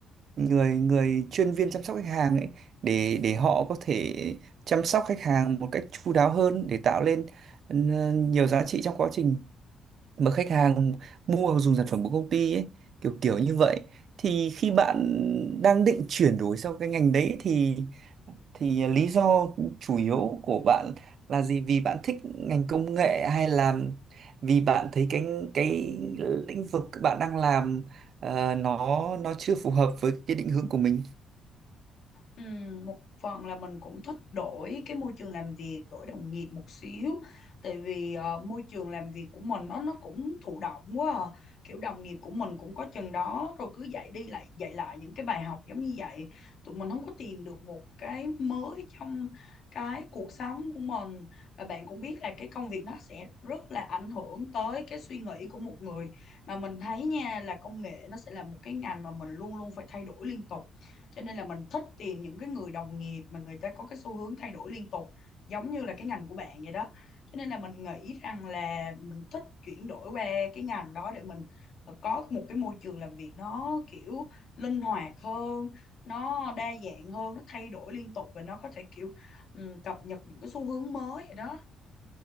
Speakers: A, on the right; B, on the left.
A: người người chuyên viên chăm sóc khách hàng ấy để để họ có thể chăm sóc khách hàng một cách chu đáo hơn để tạo lên ừ, nhiều giá trị trong quá trình mà khách hàng mua dùng sản phẩm của công ty ấy, kiểu kiểu như vậy thì khi bạn đang định chuyển đổi sang cái ngành đấy thì thì lý do chủ yếu của bạn là gì vì bạn thích ngành công nghệ hay là vì bạn thấy cái cái lĩnh vực bạn đang làm ờ, nó nó chưa phù hợp với cái định hướng của mình
B: Ừm, một phần là mình cũng thích đổi cái môi trường làm việc, đổi đồng nghiệp một xíu. Tại vì ờ, môi trường làm việc của mình nó nó cũng thụ động quá à. Kiểu đồng nghiệp của mình cũng có chừng đó rồi cứ dạy đi lại dạy lại những cái bài học giống như vậy. Tụi mình không có tìm được một cái mới trong cái cuộc sống của mình. Và bạn cũng biết là cái công việc nó sẽ rất là ảnh hưởng tới cái suy nghĩ của một người. Mà mình thấy nha là công nghệ nó sẽ là một cái ngành mà mình luôn luôn phải thay đổi liên tục cho nên là mình thích tìm những cái người đồng nghiệp mà người ta có cái xu hướng thay đổi liên tục giống như là cái ngành của bạn vậy đó cho nên là mình nghĩ rằng là mình thích chuyển đổi qua cái ngành đó để mình ờ, có một cái môi trường làm việc nó kiểu linh hoạt hơn nó đa dạng hơn nó thay đổi liên tục và nó có thể kiểu ừ, cập nhật những cái xu hướng mới vậy đó